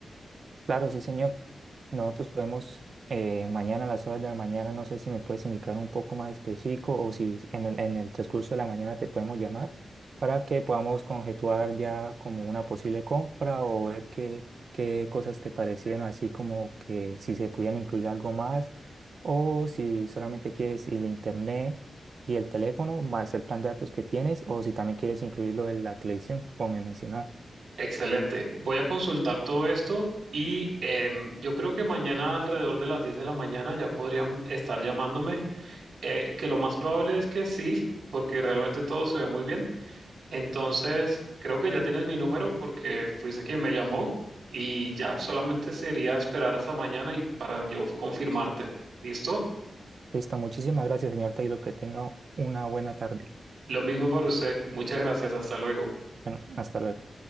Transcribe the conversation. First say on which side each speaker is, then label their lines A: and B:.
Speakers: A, on the right (about 50°); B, on the right (about 80°).
A: Claro, sí, señor. Nosotros podemos eh, mañana a las horas de la mañana, no sé si me puedes indicar un poco más específico o si en el, en el transcurso de la mañana te podemos llamar para que podamos conjetuar ya como una posible compra o ver qué, qué cosas te parecieron, así como que si se pudieran incluir algo más o si solamente quieres el internet y el teléfono más el plan de datos que tienes o si también quieres incluirlo en la televisión, como me mencionabas.
B: Excelente. Voy a consultar todo esto y em, yo creo que mañana alrededor de las 10 de la mañana ya podrían estar llamándome, eh, que lo más probable es que sí, porque realmente todo se ve muy bien. Entonces, creo que ya tienes mi número porque fuiste quien me llamó y ya solamente sería esperar hasta mañana y para yo confirmarte. ¿Listo?
A: Listo, muchísimas gracias, señor Taylor. Que tenga una buena tarde.
B: Lo mismo para usted. Muchas gracias. Hasta luego.
A: Bueno, hasta luego.